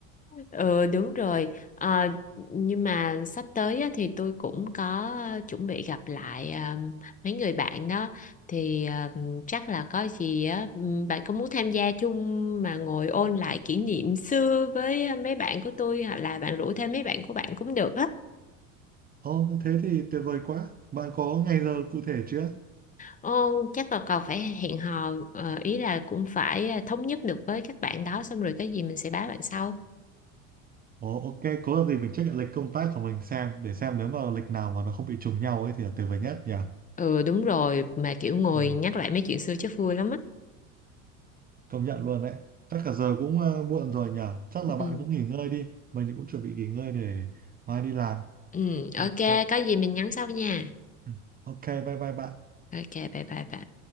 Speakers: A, on the left (about 20°); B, on the right (about 25°).
A: Ừ đúng rồi Ờ, nhưng mà sắp tới á, thì tôi cũng có chuẩn bị gặp lại à, mấy người bạn đó thì à, chắc là có gì á ừm, bạn có muốn tham gia chung mà ngồi ôn lại kỷ niệm xưa với ờ, mấy bạn của tôi hoặc là bạn rủ thêm mấy bạn của bạn cũng được á
B: ồ thế thì tuyệt vời quá bạn có ngày giờ cụ thể chưa
A: Ồ, chắc là còn phải hẹn hò ờ, ý là cũng phải ờ, thống nhất được với các bạn đó xong rồi cái gì mình sẽ báo bạn sau
B: ồ ok có là gì mình check lại lịch công tác của mình xem để xem nếu mà lịch nào mà nó không bị trùng nhau ấy thì là tuyệt vời nhất nhỉ
A: Ừ đúng rồi mà kiểu ngồi
B: ừ,
A: nhắc lại mấy chuyện xưa chắc vui lắm á
B: công nhận luôn đấy chắc cả giờ cũng ờ, muộn rồi nhỉ chắc
A: Ừ.
B: là bạn cũng nghỉ ngơi đi mình thì cũng chuẩn bị nghỉ ngơi để mai đi làm
A: Ừ,
B: ok
A: ok, có gì mình nhắn sau nha.
B: Ừ, ok bye bye bạn
A: Ok, bye bye bye.